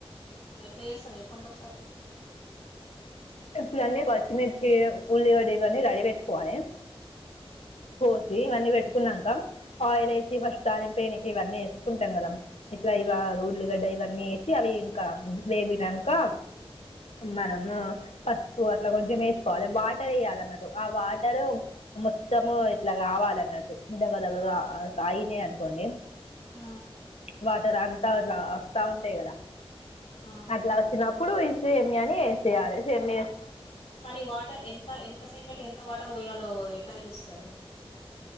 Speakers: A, on the left (about 75°); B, on the left (about 85°).
A: ఎట్లా జెస్తాం చెప్పండి ఒకసారి
B: ఇప్పుడన్ని పచ్చిమిర్చి ఉల్లిగడ్డ ఇవన్నీ రెడీ గ పెట్టకువాలె
A: మ్మ్
B: పోసి ఇవన్నీ పెట్టుకున్నాంక ఆయిల్ వేసి ఫస్ట్ తాలింనక ఇవన్నీ వేసుకుంటాం కదా ఇట్లా
A: హ్మ్.
B: ఇవ ఉల్లిగడ్డ ఇవన్నీ వేసి అవి ఇంకా వేగినంక
A: హ్మ్.
B: మనము ఫస్ట్ అట్లా కొంచెం వేసుకోవాలి వాటర్ వేయాలిన్నట్టు ఆ వాటర్ మొత్తము ఇట్లా కావాలన్నట్టు దగదగగగా కాగినాయి అనుకోండి
A: ఆ
B: వాటర్ అంతా అట్లా వస్తా ఉంటాయి కదా
A: ఆ!
B: అట్లా వచ్చిన ఇప్పుడు ఇ సేమ్యాని వేసేయాలి సమ్
A: కానీ వాటర్ ఎంత ఎంత సేమ్యాకి ఎంత వాటర్ పోయాలో ఎట్లా తెలుస్తాది